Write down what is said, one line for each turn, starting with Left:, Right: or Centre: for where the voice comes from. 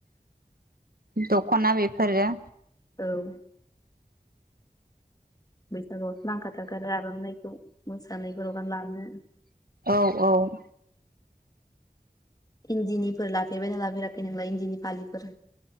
Left: <inaudible>
Right: दख'ना बेफोरो
Left: औ सोरावो नांखाथारगार आर'नाइखौ मोसानायफोराव गानलांङो।
Right: औ औ
Left: इन्दिनिफोर लाफेरबायना लाफेराखै नोंलाइ इन्दिनि फालिफोर?